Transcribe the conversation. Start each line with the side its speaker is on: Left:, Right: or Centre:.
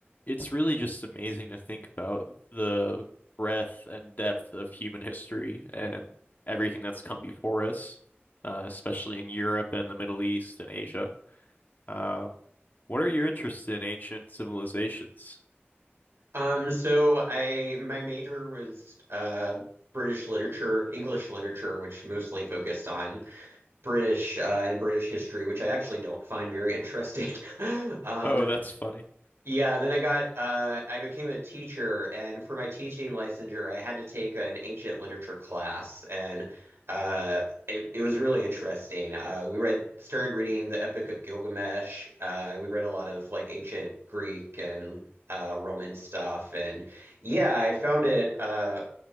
Left: It's really just amazing to think about the breadth and depth of human history and everything that's come before us, uh, especially in Europe and the Middle East and Asia. Uh, what are your interests in ancient civilizations?
Right: Um, so I my major was uh British literature, English literature, which mostly focused on British uh, and British history, which I actually don't find very interesting. <laughs> Um,
Left: Oh, that's funny.
Right: yeah, then I got uh, I became a teacher, and for my teaching licensure, I had to take an ancient literature class, and uh, it, it was really interesting. Uh, we read started reading the Epic of Gilgamesh. Uh, we read a lot of like ancient Greek and uh, Roman stuff, and yeah, I found it uh,